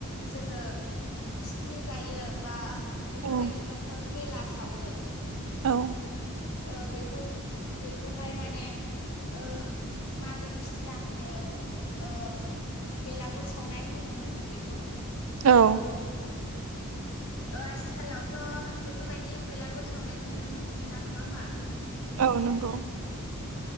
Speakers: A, on the left; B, on the right.
A: जोङो फिकनिक जायो बा बेफोर
B: औ
A: बायदि न'खर मेला सावो
B: औ
A: ओ बेखौ बेखौहाय माने ओह मागोनि सिगांनो ओ बेलागुर सावनाय बुङोमोन नो बेखौ
B: औ
A: ओ आथिखालावथ' बेफोरबायदि बेलागुर सावनायखो नो नुनो मोनला नङा होनबा नोंथां?
B: औ नंगौ